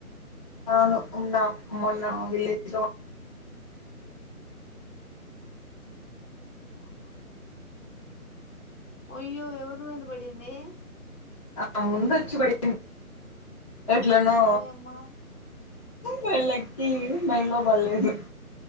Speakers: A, on the left; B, on the left.
A: అవును ఉన్నా మొన్న విళ్లే్ <inaudible>
B: అయ్యో ఎవరి మీద పడింది
A: ఆ ముందొచ్చి పడింది ఎట్లా నో
B: ఓయమ్మా
A: బలకి మై లో బల్లేదు